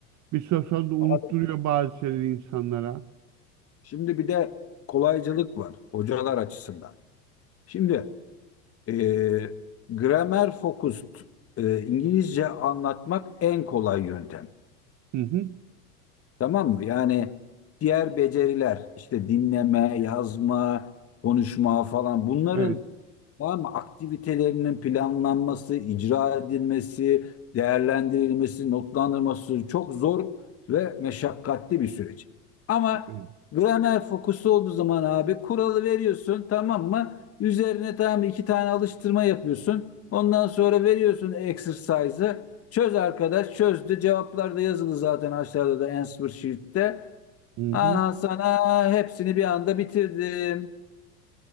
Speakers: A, on the right; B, on the left.
A: bir süre sonra da unutturuyor
B: Abi,
A: bazı şeyleri insanlara.
B: Şimdi bir de kolaycılık var hocalar açısından. Şimdi e, gramer focused e, İngilizce anlatmak en kolay yöntem.
A: Hı hı.
B: Tamam mı? Yani diğer beceriler işte dinleme, yazma, konuşma falan bunların
A: Evet.
B: tamam mı? aktivitelerinin planlanması, icra edilmesi, değerlendirilmesi, notlandırılması çok zor ve meşakkatli bir süreç. Ama
A: Evet.
B: gramer fokusu olduğu zaman abi kuralı veriyorsun tamam mı? Üzerine tamam mı? iki tane alıştırma yapıyorsun. Ondan sonra veriyorsun exercise'ı. Çöz arkadaş çözdü. Cevaplar da yazılı zaten aşağıda da answer sheet'te.
A: Hı hı.
B: Aha sana hepsini bir anda bitirdim.